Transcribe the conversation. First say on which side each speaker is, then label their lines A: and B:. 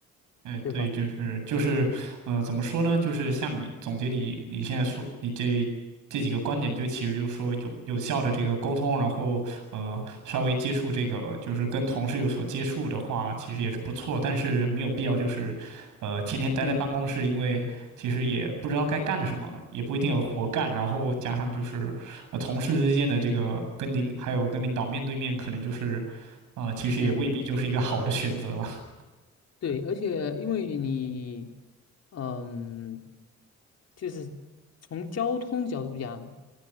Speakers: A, on the right; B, on the left.
A: 哎，
B: 对吧？
A: 对，就是就是，呃，怎么说呢？就是像你总结你你现在说你这这几个观点，就其实就是说有有效的这个沟通，然后呃稍微接触这个就是跟同事有所接触的话，其实也是不错，但是没有必要就是，呃，天天待在办公室，
B: 嗯，
A: 因为其实也不知道该干什么，也不一定有活干，
B: 对，
A: 然后加上就是呃同事之间的这个跟领还有跟领导面对面，可能就是，呃，其实也未必就是一个好的选择吧。
B: 嗯。对，而且因为你，嗯，就是从交通角度讲，